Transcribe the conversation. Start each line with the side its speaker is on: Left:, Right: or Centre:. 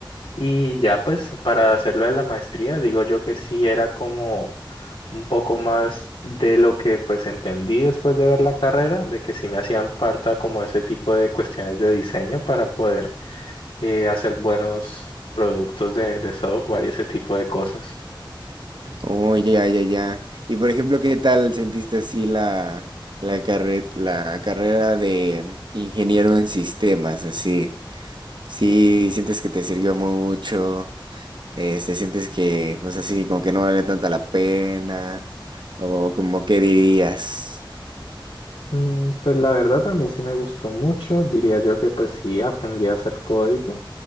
Left: Y ya pues para hacerlo de la maestría, digo yo que sí era como un poco más de lo que pues entendí después de ver la carrera, de que sí me hacían falta como ese tipo de cuestiones de diseño para poder eh, hacer buenos productos de, de software y ese tipo de cosas.
Right: Oh, ya, ya, ya. Y por ejemplo, ¿qué tal sentiste así la, la, carre- la carrera de ingeniero en sistemas? Así, sí, sientes que te sirvió mucho, este, sientes que, pues así, como que no vale tanta la pena, o como que dirías.
Left: Mm, Pues la verdad a mí sí me gustó mucho, diría yo que pues sí aprendí a hacer código